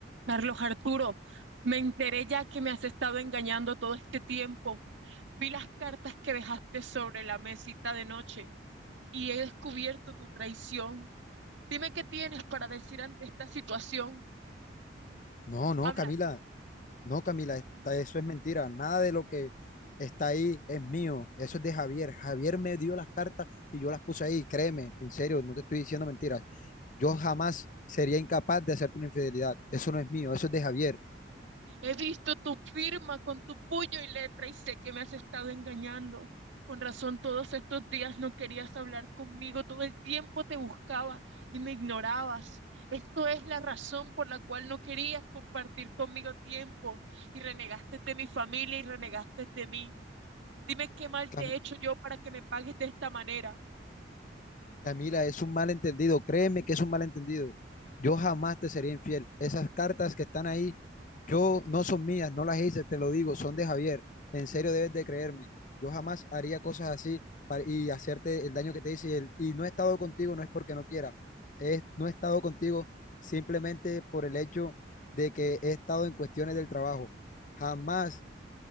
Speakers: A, on the right; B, on the left.
A: Carlos Arturo, me enteré ya que me has estado engañando todo este tiempo. Vi las cartas que dejaste sobre la mesita de noche y he descubierto tu traición. Dime qué tienes para decir ante esta situación.
B: No, no,
A: Habla.
B: Camila, no, Camila, está- eso es mentira. Nada de lo que está ahí es mío. Eso es de Javier. Javier me dio las cartas y yo las puse ahí. Créeme, en serio, no te estoy diciendo mentiras. Yo jamás sería incapaz de hacerte una infidelidad. Eso no es mío, eso es de Javier.
A: He visto tu firma con tu puño y letra y sé que me has estado engañando. Con razón, todos estos días no querías hablar conmigo, todo el tiempo te buscaba y me ignorabas. Esto es la razón por la cual no querías compartir conmigo tiempo y renegaste de mi familia y renegaste de mí. Dime qué mal
B: Cam-
A: te he hecho yo para que me pagues de esta manera.
B: Camila, es un malentendido, créeme que es un malentendido. Yo jamás te sería infiel. Esas cartas que están ahí, yo no son mías, no las hice, te lo digo, son de Javier. En serio debes de creerme. Yo jamás haría cosas así para- y hacerte el daño que te hice. Y, el- y no he estado contigo, no es porque no quiera. Es, no he estado contigo simplemente por el hecho de que he estado en cuestiones del trabajo. Jamás